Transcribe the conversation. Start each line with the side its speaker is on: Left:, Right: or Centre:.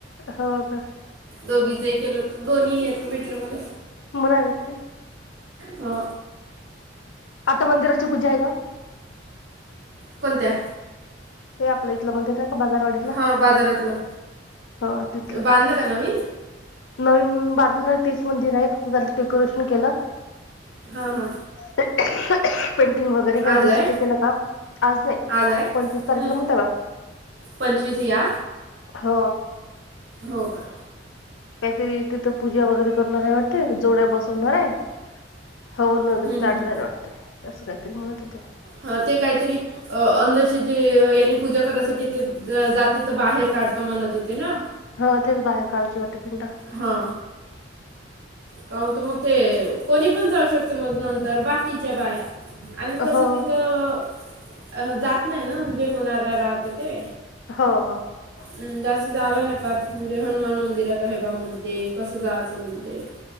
Left: हो का.
Right: दोघीचं हे केलं, दोन्ही याचे भेटलं मला
Left: मला घेतले.
Right: हो.
Left: आता मंदिराची पूजा हाय का?
Right: कोणत्या?
Left: हे आपलं इथलं मंदिर नाय का बाजारवाडीतला
Right: हां बाजारातलं
Left: हो तिथलं
Right: बांधलं का नवीन?
Left: नवीन बांधलं तेच मंदिर हाय फक्त त्याला डेकोरेशन केलं.
Right: हा हा.
Left: पेंटिंग वगैरे काय
Right: आज
Left: दुरुस्त
Right: आहे.
Left: केलं काम आज नाय
Right: आहे
Left: पंचवीस तारखेला
Right: हम्म.
Left: मोता का
Right: पंचवीस या
Left: हो.
Right: हो का.
Left: कायतरी तिथं पूजा वगैरे करणार आहे वाटते जोड्या बसवणार आहे. हो नगरे
Right: हम्म.
Left: काढणार
Right: हम्म.
Left: ये वाटते असं काहीतरी म्हणत होते.
Right: अ ते कायतरी. अ अंधाशे चे यांनी पूजा करायसाठी ते ज जातीत बाहेर काढतो म्हणत होते ना.
Left: हो तेच बाहेर काढायची वाटतं पिंड.
Right: हा. काय होत मग ते कोणी पण जाऊ शकते मग नंतर बाकीच्या बाया आणि कसं
Left: हो
Right: ति तर अ जात नाही ना जे होणार राहते ते.
Left: हो हो.
Right: म जास्त जाला नाय पाच म्हणजे हनुमान मंदिरात हे बा म्हणते कसं जायचं म्हणते.